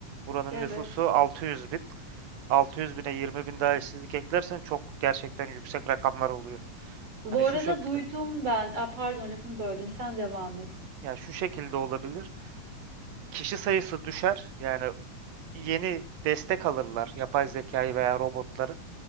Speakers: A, on the right; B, on the right.
A: Buranın
B: Evet.
A: nüfusu 600 bin. 600 bine 20 bin daha işsizlik eklersen çok gerçekten yüksek rakamlar oluyor.
B: Bu
A: Hani
B: arada
A: şu şekilde,
B: duydum ben. Aa, pardon lafını böldüm. Sen devam et.
A: yani şu şekilde olabilir. Kişi sayısı düşer. Yani yeni destek alırlar yapay zekayı veya robotları.